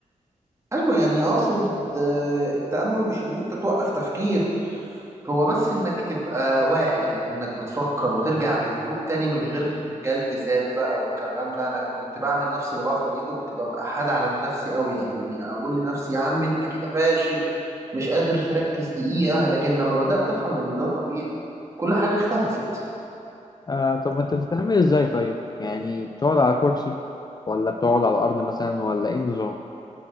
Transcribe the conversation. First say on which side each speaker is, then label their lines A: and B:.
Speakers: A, on the right; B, on the left.
A: أيوه يعني أقصد آه، التأمل مش إن أنت توقف تفكير هو بس انك تبقى واعي انك بتفكر وترجع بهدوء تاني من غير جلد ذات بقى والكلام ده انا كنت بعمل نفس الغلطة دي كنت ببقى حاد على نفسي قوي يعني اقول لنفسي يا عم انت كده فاشل مش قادر تركز دقيقة لكن لما بدأت افهم ان ده طبيعي كل حاجة اختلفت
B: آه طب انت بتتعامل ازاي طيب يعني بتقعد على كرسي ولا بتقعد على الارض مثلا ولا ايه النظام